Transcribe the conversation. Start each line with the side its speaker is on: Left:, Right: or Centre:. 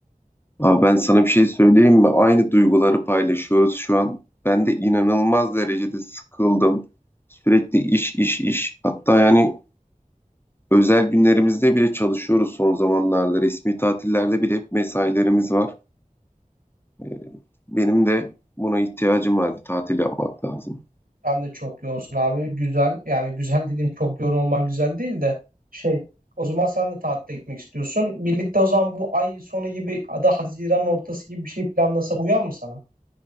Left: Abi ben sana bir şey söyleyeyim mi? Aynı duyguları paylaşıyoruz şu an. Ben de inanılmaz derecede sıkıldım. Sürekli iş, iş, iş. Hatta yani özel günlerimizde bile çalışıyoruz son zamanlarda. Resmi tatillerde bile hep mesailerimiz var. Ee, Benim de buna ihtiyacım var. Bir tatil yapmak lazım.
Right: Sen de çok yoğunsun abi. Güzel. Yani güzel dediğim çok yoğun olman güzel değil de şey o zaman sen de tatile gitmek istiyorsun. Birlikte o zaman bu ay sonu gibi ya da Haziran ortası gibi bir şey planlasak uyar mı sana?